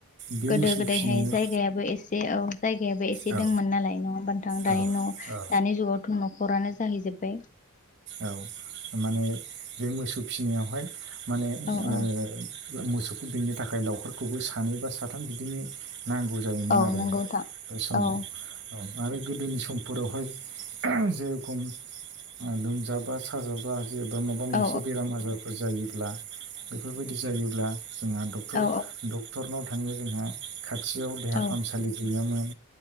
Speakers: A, on the right (about 50°); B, on the left (about 35°).
A: बे
B: गोदो
A: मोसौ
B: गोदायहाय
A: फिसिनायाव
B: जायगायाबो एसे औ जायग जुगायाबो एसे
A: औ
B: दंमोन नालाय नंङा होमबा नोंथां दानि
A: औ
B: न'
A: औ
B: दानि जुगावथ' न'खरानो जाहैजोबबाय‌
A: औ माने बे मोसौ फिनायावहाय माने
B: औ
A: ओ
B: औ
A: मोसौखौ बेंनो थाखाय लावखारखौबो सानै बा साथाम बिदिनो नांगौ जायोमोन
B: औ
A: आरोना
B: नंगौ नोंथां
A: बे समाव
B: औ
A: औ आरो गोदोनि समफोरावहाय <unintelligible> लोमजाबा साजाबा जेनेबा माबा मोनसे
B: औ
A: बेराम आजारफोर जायोब्ला बेफोरबायदि जायोब्ला जोंहा डक्टर
B: औ
A: डक्टरनाव थांङो जोंहा। खाथियाव देहा
B: औ
A: फाहामसालि गैयामोन